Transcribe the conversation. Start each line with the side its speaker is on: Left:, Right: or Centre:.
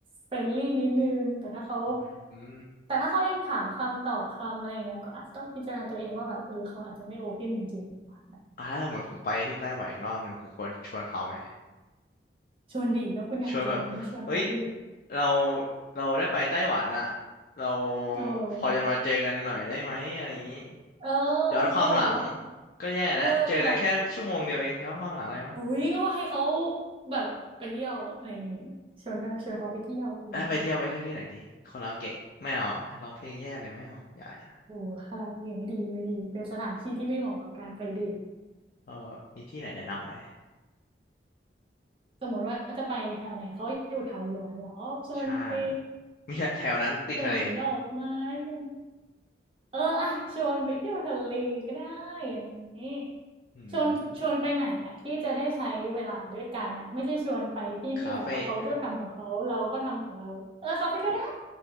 Right: เฟรนลี่นิดนึง แต่ถ้าเขา
Left: อืม
Right: แต่ถ้าเขายังถามคำตอบคำอะไรอย่างเงี้ยก็อาจจะต้องพิจารณาตัวเองว่าแบบเออเขาอาจจะไม่โอเพนจริงๆว่ะ
Left: อ่าถ้าสมมติผมไปที่ไต้หวันอีกรอบหนึ่งผมควรชวนเขาไหม
Right: ชวนดีถ้าคุณอยากเจอคุณก็ชวนเขาดี
Left: ชวนแบบเฮ้ยเราเราได้ไปไต้หวันอ่ะเรา
Right: เออ
Left: พอจะมาเจอกันหน่อยได้ไหมอะไรอย่างนี้
Right: เออ
Left: ย้อนความหลัง
Right: ก็บอกว่า
Left: ก็แย่แล้วเจอกันแค่ชั่วโมงเดียวเองย้อนความหลังอะไรวะ
Right: เลยแบบอุ้ยก็ให้เขาแบบไปเที่ยวอะไรอย่างงี้ชวนไปชวนเขาไปเที่ยวอะไรอย่างงี้
Left: เอ้ยไปเที่ยวไปเที่ยวที่ไหนดีคาราโอเกะไม่เอาอะร้องเพลงแย่เลยไม่เอาอย่าอย่า
Right: โอ้คาราโอเกะไม่ดีไม่ดีเป็นสถานที่ที่ไม่เหมาะกับการไปเดท
Left: เออมีที่ไหนแนะนำไหม
Right: สมมติว่าจะไปแถวไหนเขาอยู่แถวหยวนเหรอชวนไป
Left: ใช่มีแถวนั้นติดทะเล
Right: สวนดอกไม้ชวนเอออะชวนไปเที่ยวทะเลก็ได้อย่างนี้
Left: อื
Right: ชวนชวนไปไหนอะที่จะได้ใช้เวลาด้วยกันอะไม่ใช่ชวนไปที่ที่แบบว่าเขาก็ทำของเขาเราก็ทำของเราเออคาเฟ่ก็ได้
Left: มคาเฟ่อะ